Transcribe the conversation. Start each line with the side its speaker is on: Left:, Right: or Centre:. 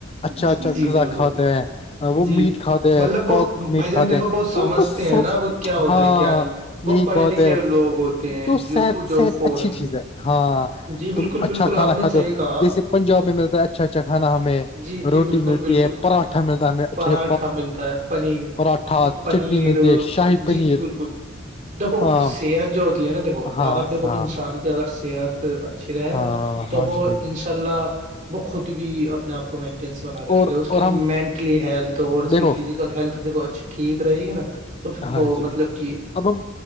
Left: اچھا
Right: جی
Left: اچھا
Right: جی
Left: غذا
Right: بالکل
Left: کھاتے ہیں وہ
Right: جی
Left: میٹ کھاتے ہیں
Right: مطلب
Left: پواک
Right: وہ
Left: میٹ
Right: بھائی جان
Left: کھاتے
Right: دیکھو
Left: ہیں
Right: وہ سمجھتے
Left: ان کو صحت
Right: ہیں نا وہ کیا ہوتا
Left: ہاں
Right: ہے کیا نہیں وہ
Left: یہی
Right: پڑھے
Left: بہت
Right: لکھے
Left: ہے
Right: لوگ ہوتے ہیں
Left: جو صحت
Right: جو
Left: صحت
Right: فورن
Left: اچھی چیز
Right: میں
Left: ہے ہاں
Right: جی
Left: تم
Right: بالکل
Left: اچھا
Right: بالکل
Left: کھانا
Right: آپ نے
Left: کھا
Right: صحیح
Left: دو
Right: کہا
Left: جیسے پنجاب میں ملتا ہے اچھا اچھا کھانا ہمیں
Right: جی جی
Left: روٹی
Right: بالکل
Left: ملتی
Right: بالکل
Left: ہے پراٹھا ملتا ہے ہمیں اچھے
Right: پراٹھا ملتا ہے پنیر
Left: پراٹھا
Right: جی پنیر
Left: چٹنی ملتی ہے شاہی
Right: جی
Left: پنیر
Right: جی بالکل دیکھو
Left: ہاں
Right: صحت جو ہوتی ہے نا دیکھو
Left: ہاں
Right: اگر دیکھو
Left: ہاں
Right: انسان کی اگر صحت اچ چ رہے ہیں
Left: ہاں
Right: نا تو
Left: ہاں
Right: وہ
Left: جی بھائی
Right: انشاء اللہ وہ خود بھی اپنے آپ مینٹینس بنا کے رکھے
Left: اور
Right: اس کی
Left: اور ہم
Right: مینٹلی ہیلتھ اور اس
Left: دیکھو
Right: کی فیزیکل ہیلتھ دھو اچھی ٹھیک رہے گی نا تو پھر وہ
Left: ہاں جی
Right: مطلب کہ
Left: اب ہم